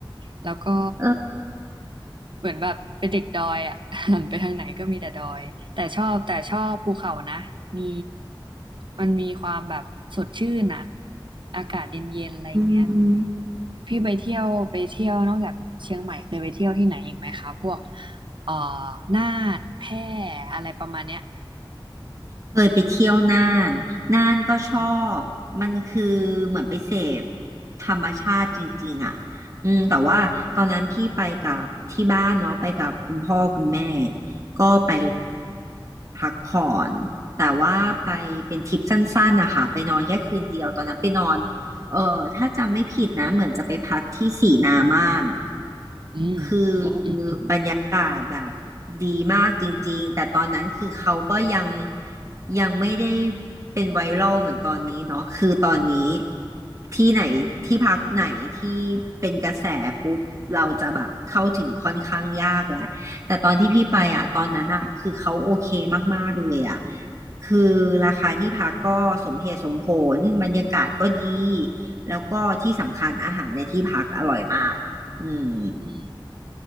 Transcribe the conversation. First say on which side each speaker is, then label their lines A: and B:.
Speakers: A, on the right; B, on the right.
A: แล้วก็
B: เออ
A: เหมือนแบบเป็นเด็กดอยอ่ะ <laughs> หันไปทางไหนก็มีแต่ดอยแต่ชอบแต่ชอบภูเขานะมีมันมีความแบบสดชื่นอ่ะอากาศเย็นๆอะไรอย่างเงี้ย
B: อืม
A: พี่ไปเที่ยวไปเที่ยวนอกจากเชียงใหม่เคยไปเที่ยวที่ไหนอีกไหมคะพวกเอ่อน่านแพร่อะไรประมาณเนี้ย
B: เคยไปเที่ยวน่านน่านก็ชอบ
A: อืม
B: มันคือเหมือนไปเสพธรรมชาติจริงๆอ่ะอืมแต่ว่าตอนนั้นพี่ไปกับที่บ้านเนาะไปกับคุณพ่อคุณแม่ ก็ไปพักผ่อน แต่ว่าไปเป็นทริปสั้นๆนะคะไปนอนแค่คืนเดียว ตอนนั้นไปนอน เออถ้าจำไม่ผิดนะเหมือนจะไปพักที่สีนาม่าน
A: อืม
B: คือ
A: อืมอืม
B: บรรยากาศแบบดีมากจริงๆแต่ตอนนั้นคือเขาก็ยังยังไม่ได้เป็นไวรัลเหมือนตอนนี้เนาะคือตอนนี้ที่ไหนที่พักไหนที่เป็นกระแสปุ๊บเราจะแบบเข้าถึงค่อนข้างยากแล้วแต่ตอนที่พี่ไปอ่ะตอนนั้นอ่ะคือเขาโอเคมากๆเลยอ่ะคือราคาที่พักก็สมเหตุสมผลบรรยากาศก็ดี แล้วก็ที่สำคัญอาหารในที่พักอร่อยมากอืม
A: อืม